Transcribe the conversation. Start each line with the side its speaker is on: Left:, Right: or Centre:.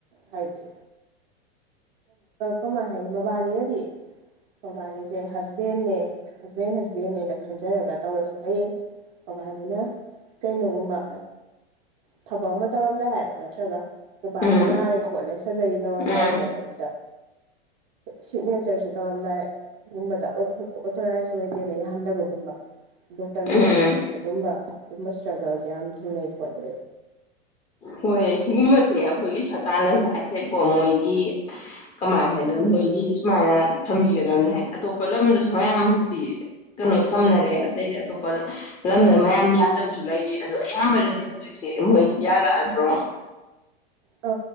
Right: ꯍꯥꯏꯗꯤ ꯀꯃꯥꯏ ꯍꯥꯏꯅꯤ ꯃꯕꯥꯅꯤꯅꯗꯤ ꯃꯕꯥꯅꯤꯁꯦ ꯍꯁꯕꯦꯟꯅꯦ ꯍꯁꯕꯦꯟ ꯍꯁꯕꯦꯟꯅꯦꯅ ꯈꯟꯖꯔꯒ ꯇꯧꯔꯁꯨ ꯍꯌꯦꯡ ꯕꯥꯅꯤꯅ ꯀꯩꯅꯩꯅꯣꯒꯨꯝꯕ ꯊꯕꯛ ꯑꯃ ꯇꯧꯔꯝꯗꯥ ꯍꯥꯏꯔꯣ ꯅꯠꯇ꯭ꯔꯒ ꯅꯨꯄꯥꯁꯤ
Left: ꯎꯝ
Right: ꯅꯥꯔꯦ ꯈꯣꯠꯂꯦ ꯁꯔꯖꯔꯤ ꯇꯧꯔꯝꯗꯥꯏ
Left: ꯎꯝ
Right: ꯍꯥꯏꯔꯣ ꯑꯗꯨꯗ ꯁꯤꯒꯅꯦꯆꯔꯁ ꯇꯧꯔꯝꯗꯥꯏꯒꯨꯝꯕꯗ ꯑꯣꯊꯣꯔꯥꯏꯁ ꯑꯣꯏꯗꯦꯅ ꯌꯥꯍꯟꯗꯕꯒꯨꯝꯕ ꯗꯣꯛꯇꯔꯒꯨꯝꯕꯅ
Left: ꯎꯝ
Right: ꯑꯗꯨꯝꯕ ꯇꯨꯝ ꯁ꯭꯭ꯔꯒꯜ ꯌꯥꯝ ꯍꯤꯡꯀꯣꯂꯦ
Left: ꯍꯣꯏ ꯁꯤꯒꯨꯝꯕꯁꯦ ꯑꯩꯈꯣꯏꯒꯤ ꯁꯔꯀꯥꯔꯅꯁꯨ ꯍꯥꯏꯐꯦꯠꯀꯣ ꯃꯣꯏꯒꯤ ꯀꯃꯥꯏꯅ ꯍꯥꯏꯗ꯭ꯔꯦ
Right: ꯎꯝ
Left: ꯃꯣꯏꯒꯤ ꯁꯨꯃꯥꯏꯅ ꯊꯝꯕꯤꯒꯗꯕꯅꯤ ꯍꯥꯏꯗꯤ ꯑꯇꯣꯞꯄ ꯂꯝꯗꯁꯨ ꯃꯌꯥꯝ ꯍꯧꯛꯇꯤ ꯀꯩꯅꯣ ꯊꯝꯅꯔꯦ ꯑꯗꯇꯩꯗꯤ ꯑꯇꯣꯞꯄ ꯂꯝꯗ ꯃꯌꯥꯝ ꯌꯥꯗꯕꯁꯨ ꯂꯩꯔꯤ ꯑꯗꯣ ꯑꯌꯥꯝꯕꯅꯗꯤ ꯍꯧꯖꯤꯛꯁꯦ ꯃꯣꯏꯁꯤ ꯌꯥꯔꯛꯑ ꯭ꯔꯣ
Right: ꯑ